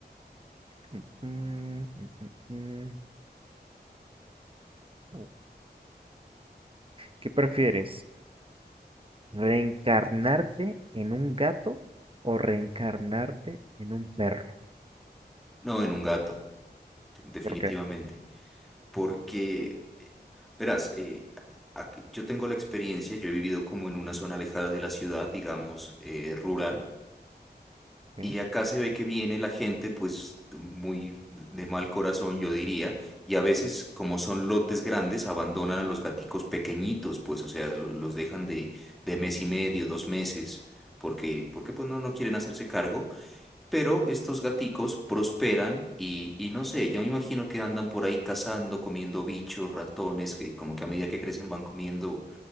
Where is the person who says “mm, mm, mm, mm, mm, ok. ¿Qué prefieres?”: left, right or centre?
Right